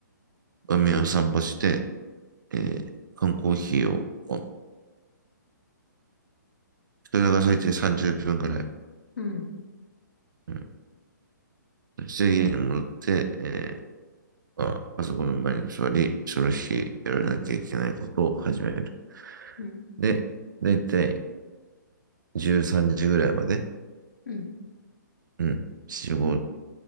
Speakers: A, on the right; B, on the left.
A: 海を散歩して、えー缶コーヒーを、それが最低30分ぐらい。
B: うん、
A: うんそして家に戻って、えあパソコンの前に座り、その日やらなきゃいけないことを始める。
B: うん、
A: で、だいたい13時ぐらいまで、
B: うん、
A: うん、仕事